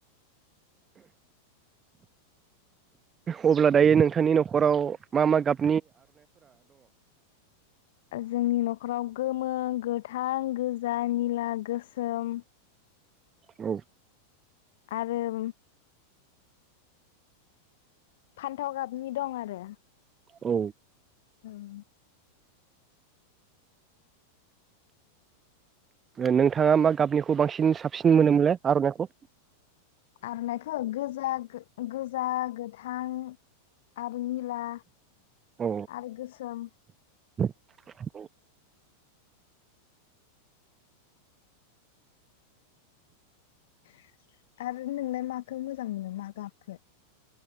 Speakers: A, on the right; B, on the left.
A: अब्ला दायो नोंथांनि नखराव मा मा गाब
B: जोंनि नखराव गोमो गोथां, गोजा, निला, गोसोम
A: औ
B: आरो फान्थाव गाबनि दं आरो
A: औ
B: ओं
A: नोंथांङा मा गाबनिखौ बांसिन साबसिन मोनोमोनलाय आरनाइखौ?
B: आर'नाखौ गोजा गोजा गोथां आ रो निला
A: औ
B: आरो गोसोम
A: <inaudible>
B: <inaudible> आरो नोंलाय माखौ मोजां मोनो मा गाब? खो